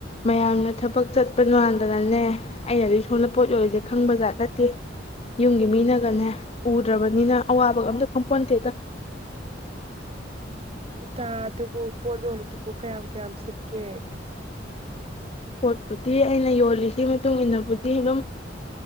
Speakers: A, on the left; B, on the right.
A: ꯃꯌꯥꯝꯅ ꯊꯕꯛ ꯆꯠꯄ ꯉꯥꯟꯗꯅꯅꯦ ꯑꯩꯅ ꯗꯤ ꯁꯣꯝꯗ ꯄꯣꯠ ꯑꯣꯏꯔꯤꯁꯦ ꯈꯪꯕ ꯖꯥꯠ ꯅꯠꯇꯦ ꯌꯨꯝꯒꯤ ꯃꯤꯅꯒꯅꯦ ꯎꯗ꯭ꯔꯕꯅꯤꯅ ꯑꯋꯥꯕꯒ ꯑꯝꯇ ꯈꯟꯄꯣꯠꯇꯦꯗ
B: ꯏꯇꯥ ꯑꯗꯨꯕꯨ ꯄꯣꯠ ꯌꯣꯜꯗꯨꯕꯨ ꯀꯌꯥꯝ ꯀꯌꯥꯝ ꯁꯤꯠꯀꯦ
A: ꯄꯣꯠꯄꯨꯗꯤ ꯑꯩꯅ ꯌꯣꯜꯂꯤ ꯗꯨꯒꯤ ꯃꯇꯨꯡ ꯏꯟꯅꯕꯨꯗꯤ ꯑꯗꯨꯝ